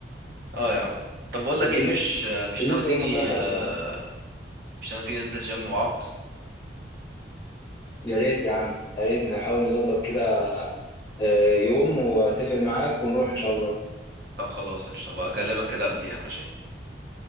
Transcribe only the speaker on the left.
طب
بالنسبة
بالنسبة
للمنتخب
يعني
يا ريت يا عم يا ريت نحاول نظبط كده آه، يوم واتفق معاك ونروح إن شاء الله